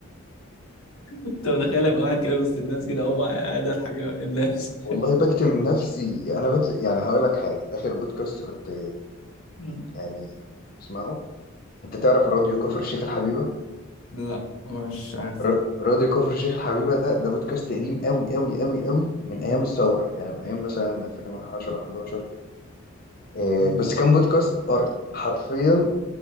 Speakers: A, on the left (about 80°); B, on the left (about 45°).
A: <laughs> انت متخيل ابقى قاعد كده وسط الناس كده اقوم قاعد اضحك كده الناس
B: والله بكتم نفسي انا بكتم يعني هقول لك حاجه اخر بودكاست كنت
A: <laughs>
B: يعني بسمعه انت تعرف راديو كفر الشيخ الحبيبه
A: لا مش عارف
B: ر- راديو كفر الشيخ الحبيبه ده ده بودكاست قديم قوي قوي قوي قوي من
A: لا
B: ايام الثوره يعني من ايام مثلا 2010 11 كده آه،
A: مم.
B: بس كان بودكاست ارض حرفيا